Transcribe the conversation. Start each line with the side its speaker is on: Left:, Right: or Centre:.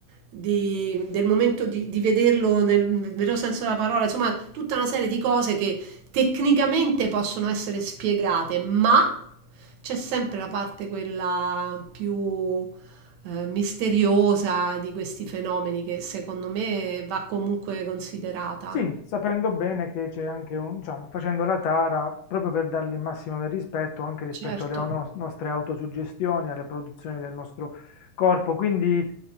Right: di- del momento di, di vederlo nel vero senso della parola, insomma, tutta una serie di cose che tecnicamente possono essere spiegate, ma c'è sempre la parte quella più eh, misteriosa di questi fenomeni che secondo me va comunque considerata.
Left: Sì, sapendo bene che c'è anche un, diciamo, facendo la tara, proprio per dargli il massimo del rispetto, anche rispetto
Right: Certo.
Left: alle ono- nostre autosuggestioni, alle produzioni del nostro corpo. Quindi